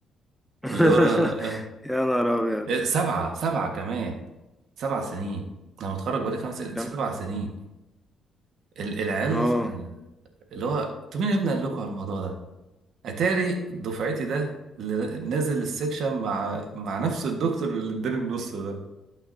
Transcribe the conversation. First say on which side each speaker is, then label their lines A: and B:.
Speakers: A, in the centre; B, on the right.
A: <laughs>
B: اللي هو آه،
A: يا نهار ابيض
B: إيه، سبعة سبعة كمان سبع سنين أنا متخرج بقالي خمس سنين سبع
A: كم
B: سنين ال- العيال
A: اه
B: آه، اللي هو أنتوا مين يا ابني قال لكم على الموضوع ده؟ أتاري دفعتي ده اللي نازل السكشن مع مع نفس الدكتور اللي اداني النص ده